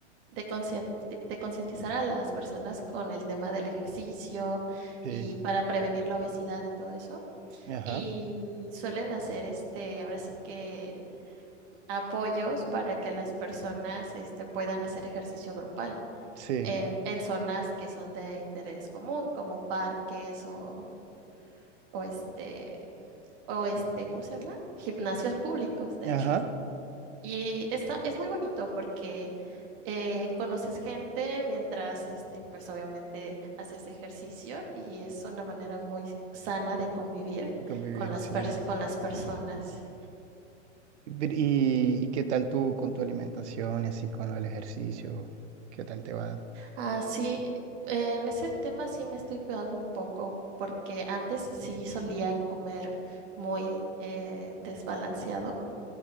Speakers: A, on the right; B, on the right.
A: de, conscien- de concientizar a las personas con el tema del ejercicio
B: sí,
A: y para prevenir la obesidad y todo eso.
B: ajá,
A: Y suelen hacer este, ahora sí que apoyos para que las personas este, puedan hacer ejercicio grupal
B: sí,
A: en, en zonas que son de interés común, como parques o, o este, o este, ¿cómo se llama? Gimnasios públicos, de
B: ajá,
A: hecho. Y está, es muy bonito porque eh, conoces gente mientras, este, pues obviamente haces ejercicio y es una manera muy sana de convivir
B: convivir,
A: con las,
B: sí.
A: pers- con las personas.
B: Pero, ¿Y, y qué tal tú con tu alimentación y así con el ejercicio? ¿Qué tal te va a
A: Ah, sí, en ese tema sí me estoy cuidando un poco porque antes sí solía comer muy eh, desbalanceado